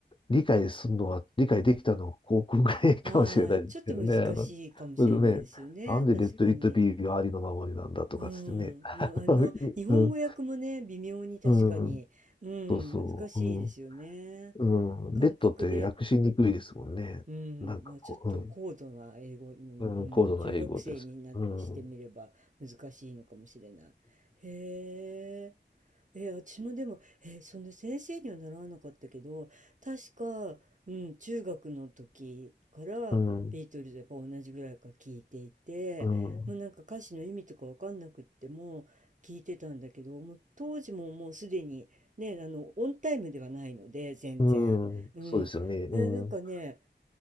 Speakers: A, on the left; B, on the right.
A: 理解するのは、理解できたのは航空ぐらいかもしれないですけどね。
B: ああ、ちょっと難しいかもしれないですよね。
A: あの、うんね、なんでレッド・
B: 確かに。
A: イット・ビーがありのままになんだとかつってね。
B: うん、
A: <laughs> あのいう
B: うん、あの、日本語訳もね、微妙に確かに、
A: ん、うん、
B: うん、
A: そうそう。
B: 難しいですよね。
A: うん、
B: 感覚で、
A: うん、レッドって訳しにくいですもんね。
B: うん、
A: なんかこう、
B: まあ、ちょっと高度な英語に、
A: うん、
B: うん、
A: うん、高度な英語です。
B: 中学生になしてみれば難しいのかもしれない。
A: うん、うん、
B: へえ。えー、私もでも、えーその先生には習わなかったけど、確か、うん、中学の時からビートルズやっぱ同じぐらいから聞いていて、
A: うん、うん。
B: もうなんか歌詞の意味とかわかんなくっても聞いてたんだけど、もう当時ももうすでにね、あの、オンタイムではないので、全然。
A: うん、
B: うん。
A: そうですよね。うん、
B: でなんかね、